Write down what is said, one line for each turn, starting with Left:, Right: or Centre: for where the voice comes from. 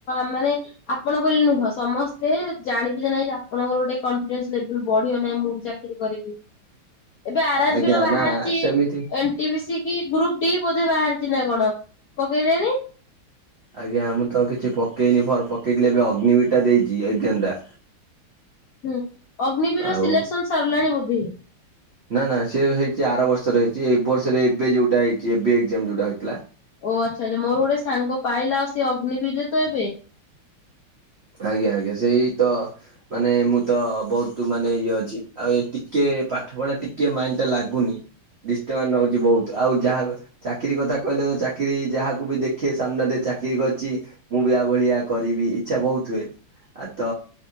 Left: ମାନେ ଆପଣ ବୋଲି ନୁହଁ ସମସ୍ତେ ସେ ଜାଣିବି ଯେ ନାଇଁ ଆପଣଙ୍କର ଗୋଟେ କନଫିଡେନ୍ସ ଲେବୁଲ ବଢିବ ନାହିଁ ମୁଁ ବି ଚାକିରି କରିବି। ଏବେ ଆର ଆର୍
Right: ଆଜ୍ଞା
Left: ବି ର ବାହାରିଛି।
Right: ନା ସେମିତି
Left: ଏଣ୍ଟି ପିସି କି ଗ୍ରୁପ ଡି ବୋଧ ବାହାରିଛି। ନା କଣ ପକେଇଲେନି?
Right: ଆଜ୍ଞା ମୁଁ ତ କିଛି ପକେଇନି ଫର୍ମ ପକେଇଥିଲେ ଏବେ ଅଗ୍ନି ବିିଟା ଦେଇଛି ଏଗଜାମ ଟା।
Left: ହୁଁ ଅଗ୍ନିବୀର
Right: ଆଉ
Left: ସିଲେକ୍ସନ ସରିଲାଣି ବୋଧେ?
Right: ନା ନା ସେ ହେଇଛି ଆର ବର୍ଷର ହେଇଚି ଏ ବର୍ଷରେ ଏବେ ଯୋଉଁଟା ହେଇଛି ଏବେ ଏଗଜାମ ଯୋଉଁଟା ହେଇଛି।
Left: ଓ ଆଛା ଆଛା ମୋର ଗୋଟେ ସାଙ୍ଗ ପାଇଲା ଆଉ ସେ ଅଗ୍ନିବୀରରେ ତ ଏବେ?
Right: ଆଜ୍ଞା ଆଜ୍ଞା ସେଇ ତ ମାନେ ମୁଁ ତ ବହୁତ ମାନେ ଇଏ ଅଛି ଆଉ ଟିକେ ପାଠ ପଢା ଟିକେ ମାଇଣ୍ଡ ଟା ଲାଗୁନି। ଡିଷ୍ଟବାନ୍ସ ହଉଚି ବହୁତ ଆଉ ଯାହା ଚାକିରୀ କଥା କହିଲେ ତ ଚାକିରୀ ଯାହାକୁ ବି ଦେଖେ ସାମ୍ନାରେ ଚା ଠିକ ଅଛି। ମୁଁ ବି ଆ ଭଳିଆ କରିବି ଇଚ୍ଛା ବହୁତ ହୁଏ। ଆଉ ତ